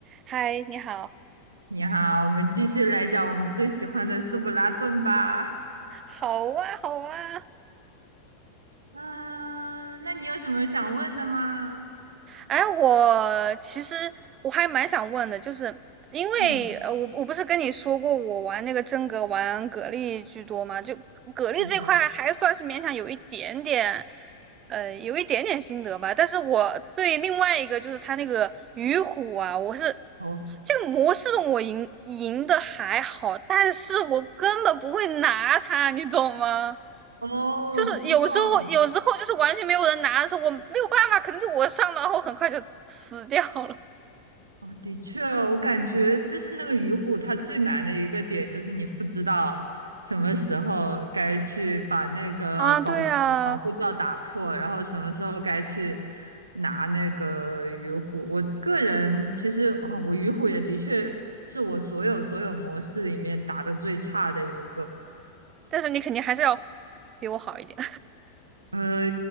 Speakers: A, on the right; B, on the right.
A: 嗨，你好，
B: 你好，我们继续来讲我们最喜欢的斯普拉顿吧。
A: 好啊，好啊。
B: 嗯、那你有什么想问的吗？
A: 哎，我其实我还蛮想问的，就是因为呃，
B: 嗯，
A: 我我不是跟你说过我玩那个真格玩蛤蜊居多吗？就蛤蜊这块还算是勉强有一点点，
B: 是的。
A: 呃，有一点点心得吧。但是我对另外一个就是他那个鱼虎啊，我是
B: 哦
A: 这个模式我赢赢的还好，但是我根本不会拿它，你懂吗？
B: 哦，
A: 就是有时候有时候就是完全没有人拿的时候，
B: 我知道了。
A: 我没有办法，可能就我上了，然后很快就死掉了
B: 哦，的确，我感觉就是那个鱼虎，它最难的一个点就是你不知道什么时候该去把那个保护保护罩打破，
A: 啊。对啊，
B: 然后什么时候该去拿那个鱼虎。我个人其实啊，我鱼虎也的确是我所有所有模式里面打的最差的一个。
A: 但是你肯定还是要比我好一点。
B: 呃，